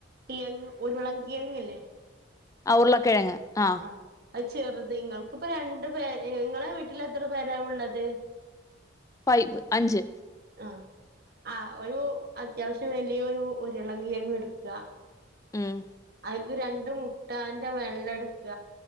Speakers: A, on the right (about 50°); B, on the left (about 15°).
A: കിഴങ്ങ് ഉരുളൻകിഴങ്ങില്ലേ
B: ആ ഉര്ളക്കിഴങ്ങ് ആ
A: അഹ് ചെറുത് ങ്ങൾക്ക്പ്പോ രണ്ടു പേ ങ്ങളെ വീട്ടിൽ എത്ര പേരാ ഉള്ളത്
B: ഫൈവ് അഞ്ച്
A: ആ ആ ഒരു അത്യാവശ്യം വലിയൊരു ഉരുളൻ കിഴങ്ങ് ഇട്ക്ക
B: ഉം
A: അതിക്കു രണ്ടു മുട്ടാന്റെ വെള്ള ഇട്ക്ക